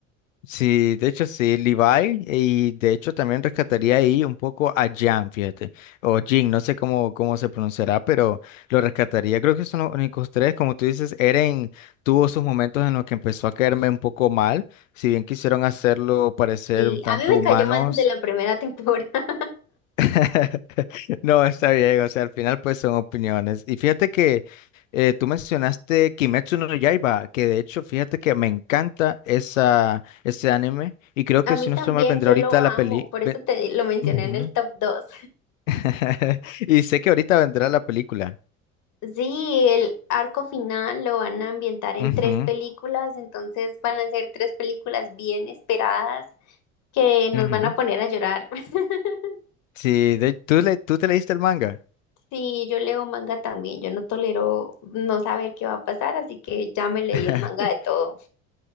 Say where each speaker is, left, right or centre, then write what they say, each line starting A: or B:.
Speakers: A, on the left (about 70°); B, on the left (about 45°).
A: Sí, de hecho sí, Levi y de hecho también rescataría ahí un poco a Jan, fíjate, o Jin, no sé cómo, cómo se pronunciará, pero lo rescataría. Creo que son los únicos tres, como tú dices, Eren tuvo sus momentos en los que empezó a caerme un poco mal, si bien quisieron hacerlo parecer
B: Sí,
A: un tanto
B: a mí me
A: humanos.
B: cayó mal desde la primera temporada.
A: <laughs> No, está bien, o sea, al final pues son opiniones. Y fíjate que eh, tú mencionaste Kimetsu no Yaiba, que de hecho fíjate que me encanta esa, ese anime
B: <laughs>
A: y creo
B: A
A: que
B: mí
A: si no
B: también,
A: estoy mal vendrá
B: yo
A: ahorita
B: lo amo,
A: la peli...
B: por
A: ve-
B: eso te lo mencioné
A: Ujú.
B: en el top 2.
A: <laughs> Y sé que ahorita vendrá la película.
B: Sí, el arco final lo van a ambientar en
A: Ujú,
B: tres películas, entonces van a ser tres películas bien esperadas que nos
A: ujú.
B: van a poner a llorar. <laughs>
A: Sí, de- ¿tú, le, tú te leíste el manga?
B: Sí, yo leo manga también, yo no tolero no saber qué va a pasar, así que ya me leí
A: <laughs>
B: el manga de todo.